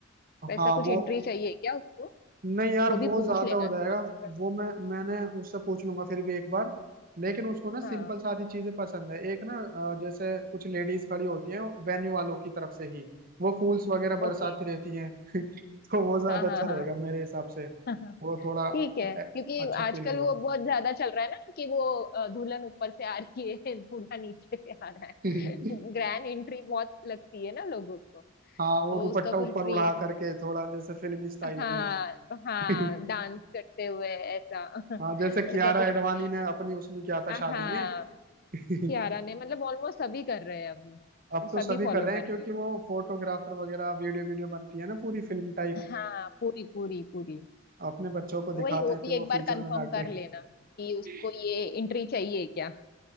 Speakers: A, on the left (about 50°); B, on the right (about 45°).
A: वैसा
B: हाँ
A: कुछ
B: वो
A: एंट्री चाहिए क्या उसको
B: नहीं यार
A: वो भी
B: वो
A: पूछ
B: ज्यादा
A: लेना
B: हो जाएगा
A: आजकल
B: वो मैं मैंने उससे पूछ लूंगा फिर भी एक बार लेकिन उसको ना सिंपल
A: हाँ
B: सादी चीजें पसंद है एक ना अ, जैसे कुछ लेडीज खड़ी होती हैं वेन्यू वालों की तरफ से ही वो फूल्स वगैरह बरसाती
A: ओके
B: रहती हैं <laughs> तो वो ज्यादा
A: हाँ हाँ
B: अच्छा रहेगा मेरे हिसाब से
A: हाँ <laughs>
B: वो थोड़ा
A: ठीक है
B: अ,
A: क्योंकि
B: अच्छा
A: आजकल
B: फील होगा
A: वो बहुत ज्यादा चल रहा है ना कि वो अ, दुल्हन ऊपर से आ रही है <laughs> दूल्हा नीचे से आ रहा
B: <laughs>
A: है <laughs> ग्रैंड एंट्री बहुत लगती है ना लोगों को
B: हाँ
A: तो
B: वो दुपट्टा
A: उसका
B: ऊपर
A: कुछ ड्रीम
B: उड़ा
A: हो
B: करके थोड़ा जैसे फिल्मी स्टाइल
A: हाँ
B: में
A: तो हाँ
B: <laughs>
A: डांस करते हुए ऐसा <laughs>
B: हाँ जैसे
A: वैसा
B: कियारा
A: तो कुछ
B: एडवाणी
A: नहीं
B: ने
A: है
B: अपनी उसमें किया था
A: हाँ
B: शादी में <laughs>
A: कियारा ने मतलब ऑलमोस्ट सभी कर रहे हैं अभी
B: अब
A: वो सभी
B: तो सभी कर
A: फॉलो
B: रहे
A: कर
B: हैं क्योंकि
A: रहे हैं
B: वो फोटोग्राफर वगैरह वीडियो वीडियो बनती है ना पूरी फिल्म टाइप
A: हाँ पूरी पूरी पूरी
B: अपने बच्चों को दिखाते
A: तो वही वो
B: हैं
A: भी
B: फिर वो
A: एक बार
B: फ्यूचर
A: कंफर्म
B: में जाके
A: कर लेना कि उसको
B: <laughs>
A: ये एंट्री चाहिए क्या